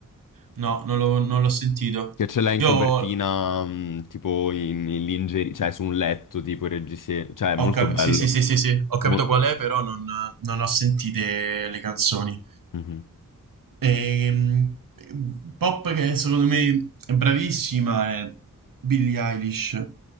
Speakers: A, on the right (about 75°); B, on the left (about 70°).
A: No, non l'ho non l'ho sentito.
B: Che ce l'ha in
A: Io
B: copertina,
A: ho
B: mh, tipo in, in lingerie, cioè su un letto, tipo il reggiseno. Cioè, è molto
A: capito,
B: bello.
A: sì, sì, sì, sì, sì, ho capito
B: Mol-
A: qual è, però non, non ho sentite le canzoni.
B: Mhm.
A: Ehm, pop che secondo me è bravissima è Billie Eilish.